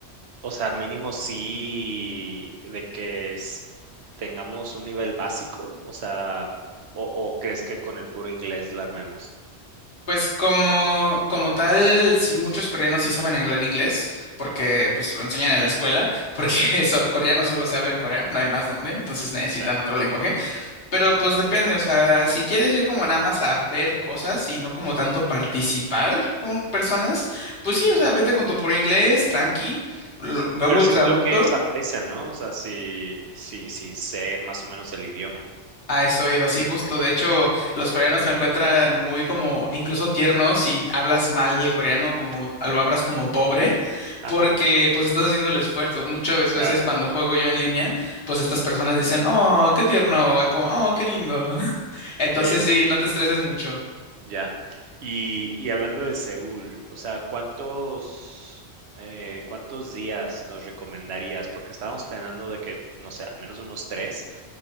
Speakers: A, on the right; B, on the left.
A: O sea, mínimo sí de que s- tengamos un nivel básico, o sea, o, o crees que con el puro inglés la armemos.
B: Pues como, como tal, sí, muchos coreanos sí saben hablar inglés, porque
A: Ajá,
B: pues lo enseñan en la escuela, porque
A: sí,
B: <laughs> sol, coreano solo se habla en Corea, no hay más donde, entonces necesitan
A: sí.
B: otro lenguaje. Pero pues depende, o sea, si quieres ir como nada más a ver cosas y no como tanto participar con personas, pues
A: ujú.
B: sí, o sea, vete con tu puro inglés, tranqui, lo- Google
A: Pero sí
B: Traductor.
A: es algo que ellos aprecian, ¿no? O sea, sí, sí, sí sé más o menos el idioma.
B: A eso iba, sí, justo. De hecho, los coreanos lo encuentran muy como incluso tierno si hablas mal el coreano,
A: Sí.
B: como lo hablas como pobre.
A: <laughs>
B: porque
A: Ajá,
B: pues estás haciendo el esfuerzo. Muchas
A: claro.
B: veces cuando juego yo en línea, pues estas personas dicen, oh, qué tierno, como, oh, qué lindo. <laughs> Entonces
A: Oye,
B: sí, no te estreses mucho.
A: Ya. Y, y hablando de Seúl, o sea, ¿cuántos, eh, cuántos días nos recomendarías? Porque estábamos planeando de que, pues, no sé, al menos unos tres,